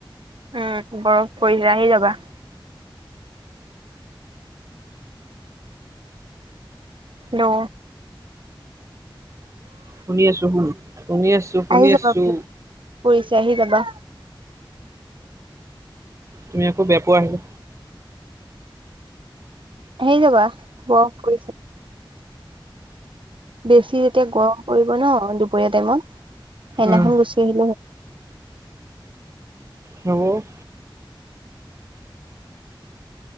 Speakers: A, on the right; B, on the right.
A: উম' বৰফ পৰিচে আহি যাবা। দো।
B: শুনি আছোঁ, শুন-শুনি আছোঁ, শুনি
A: আহি যাবা
B: আছোঁ।
A: বোলো পৰিছে আহি যাবা।
B: তুমি আকৌ বেয়া পোৱা আহিলে।
A: আহি যাবা, বৰফ পৰিছে। বেছি যেতিয়া গৰম পৰিব ন, দুপৰীয়া টাইমত, সেইদিনাখন
B: উম
A: গুচি আহিলে হ'ল।
B: হ'ব।